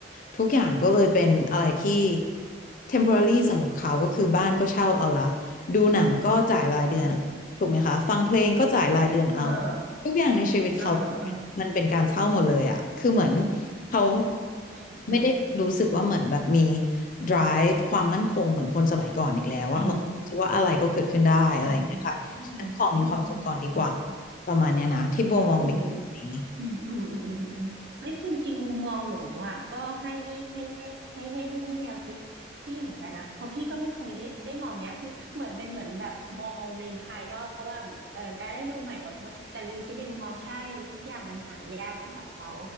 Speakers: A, on the left; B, on the right.
A: ทุกอย่างก็เลยเป็นอะไรที่ temporary สำหรับเขาก็คือบ้านก็เช่าเอาละดูหนังก็จ่ายรายเดือน
B: อืม
A: ถูกไหมคะฟังเพลงก็จ่ายรายเดือนเอา
B: เออ
A: ทุกอย่างในชีวิตเขา
B: เออเออ
A: มันเป็นการเช่าหมดเลยอะคือเหมือนเขา
B: โอ้อืมอืม
A: ไม่ได้รู้สึกว่าเหมือนแบบมี drive ความมั่นคงเหมือนคนสมัยก่อนอีกแล้วอะเหมือนคิดว่าอะไรก็เกิดขึ้นได้อะไรอย่างเงี้ยค่ะฉันขอมีความสุขก่อนดีกว่า
B: อืมอืมอืมอืม
A: ประมาณเนี้ยนะที่โบมองเด็กคนนี้
B: โอ้อืมอืมอืมอืมอืมเฮ้ยจริงๆ มุมมองหนูอ่ะก็ให้ให้ให้ให้ให้ให้ให้แนวคิดพี่เหมือนกันนะเพราะพี่ก็ไม่เคยได้ได้มองเนี้ยคือเหมือนเป็นเหมือนแบบมองในภายนอกว่าเหมือนเออการได้ดูใหม่อดทนแต่ลืมคิดในมุมมองใช่ทุกอย่างมันหายากสำหรับเขา